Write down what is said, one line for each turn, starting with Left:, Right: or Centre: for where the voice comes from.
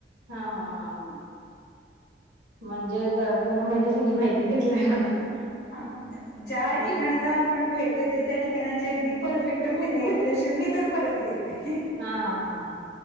Right: हा हा हा हा. म्हणजे तु तुम्ही म्हणजे सगळी माहिती घेतलाय म्हणा.
Left: हा ज्या
Right: आम्ही
Left: ठिकाणाला आपण भेट देतोय, त्या ठिकाणाची अगदी परफेक्ट माहिती
Right: हो
Left: घेतल्याशिवाय मी तर परत येत नाही.
Right: हा हा हा हा